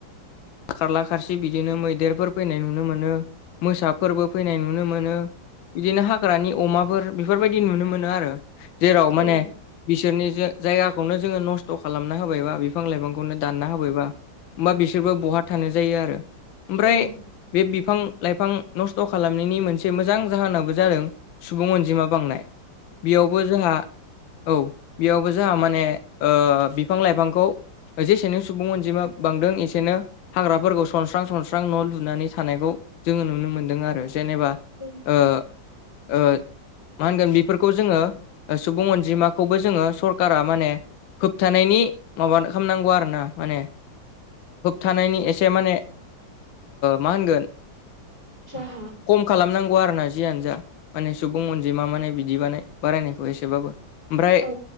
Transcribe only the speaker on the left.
खारला खारसि बिदिनो मैदेरफोर फैनाय नुनो मोनो मोसाफोरबो फैनाय नुनो मोनो। बिदिनो हाग्रानि अमाफोर बेफोरबायदि नुनो मोनो आरो जेराव
माने बिसोरनि ज जायगाखौनो जोङो नस्थ' खालामना होबायबा बिफां लाइफांखौनो दानना होबायबा होमबा बिसोरबो बहा थानाय जायो आरो ओमफ्राय
बे बिफां लाइफां नस्थ' खालामनायनि मोनसे मोजां जाहोनाबो जादों। सुबुं अनजिमा बांनाय बेयावबो जोंहा औ बेयावबो जोंहा माने बिफां लाइफांखौ जेसेनि सुबुं अनजिमा बांदों एसेनो हाग्राफोरखौ सनस्रां सनस्रां न' लुनानै थानायखौ जोङो नुनो मोन्दों आरो जेनेबा
मा होनगोन बेफोरखौ जोङो सुबुं अन जिमाखौबो जोङो सरकारा माने होबथानायनि माबा खालामनांगौ आर ना माने थानायनि एसे माने मा होनगोन।
खम खालामनांगौ आरोना। जियानो जा माने सुबुं अनजि मा मे बिदि बानाय बारायनायखौ एसेबाबो ओमफ्राय